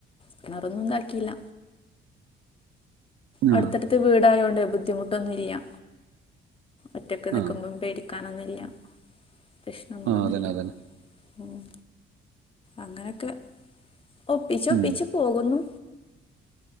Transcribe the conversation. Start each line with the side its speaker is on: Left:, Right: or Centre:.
Left: കെണറൊന്നും ഇതാക്കിയില്ല. അടുത്തടുത്ത്
Right: ആഹ്
Left: വീടായോണ്ടേ ബുദ്ധിമുട്ടൊന്നും ഇല്ല ഒറ്റൊക് നിക്കുമ്പോം
Right: ആഹ്
Left: പേടി ക്കാനൊന്നില്ല പ്രശ്ണങ്ങളൊന്നില്ല
Right: ആഹ് അതന്നെ അതന്നെ
Left: ഉം. അങ്ങനൊക്കെ ഒപ്പിച്ച്
Right: ഉം
Left: ഒപ്പിച്ച് പോകുന്നു.